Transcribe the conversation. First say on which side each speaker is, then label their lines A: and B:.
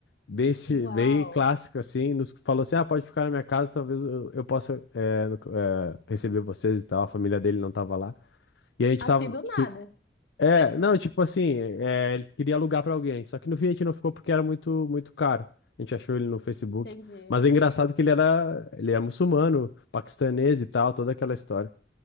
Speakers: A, on the left; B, on the left.
A: Bem, esti-
B: Uau!
A: bem clássico, assim, nos falou assim: ah, pode ficar na minha casa, talvez eu, eu possa é, no- é, receber vocês e tal. A família dele não tava lá. E a gente
B: Assim
A: tava.
B: do nada.
A: É, não, tipo assim, é, ele queria alugar pra alguém, só que no fim a gente não ficou porque era muito muito caro. A gente achou ele no Facebook,
B: Entendi.
A: mas é engraçado que ele era ele é muçulmano, paquistanês e tal, toda aquela história.